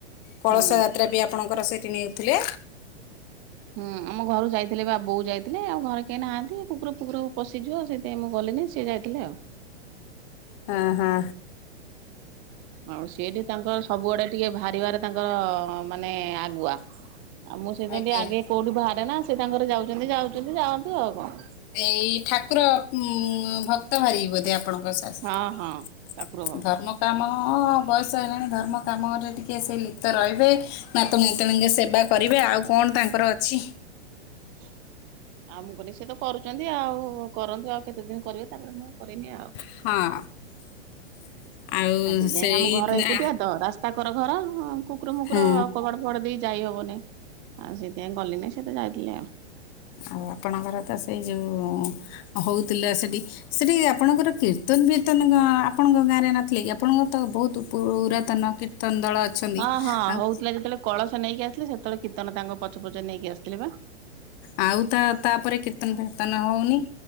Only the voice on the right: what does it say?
ହୁଁ
ହୁଁ ଆମ ଘରୁ ଯାଇଥିଲେ ବା ବୋଉ ଯାଇଥିଲେ ଆଉ ଘରେ କେହି ନାହାନ୍ତି କୁକୁର ଫୁକୁର ପଶିଯିବ ସେ ପାଇଁ ମୁଁ ଗଲିନି ସିଏ ଯାଇଥିଲେ ଆଉ।
ଆଉ ସିଏ ବି ତାଙ୍କର ସବୁ ଆଡେ ଟିକେ ବାହାରିବାରେ ତାଙ୍କ ମାନେ ଆଗୁଆ ଆଉ ମୁଁ ସେଇଥିପାଇଁ
ଟିକେ ଆଗ କୋଉଠି ବାହାରେ ନା ସେ ତାଙ୍କର ଯାଉଛନ୍ତି ଯାଉଛନ୍ତି ଯାଆନ୍ତୁ ଆଉ କଣ।
ହଁ ହଁ ଠାକୁର ଭକ୍ତ।
<inaudible> ଆଉ ମୁଁ କଇନି ସେ ତ କରୁଛନ୍ତି ଆଉ କରନ୍ତୁ ଆଉ କେତେ ଦିନ କରିବେ ତାପରେ ମୁଁ କରିମୀ ଆଉ।
ଆ ସେତପାଇଁ
ଆମ ଘର
ଏକୁଟିଆ ତ ରାସ୍ତା କର ଘର କୁକୁର ମୁୁକୁର
କବାଟ୍ କବାଟ ଦେଇ ଯାଇ ହବନି ଆଉ ସେଥିପାଇଁ ଗଲିନି ସେତ ଯାଇଥିଲେ ଆଉ।
ହଁ ହଁ
ହଉଥିଲା ଯେତେବେଳେ କଳସ ନେଇକି ଆସଥିଲେ ସେତେବେଳେ କୀର୍ତନ ତାଙ୍କ ପଛ ପଛେ ନେଇକି ଆସିଥିଲେ ବା।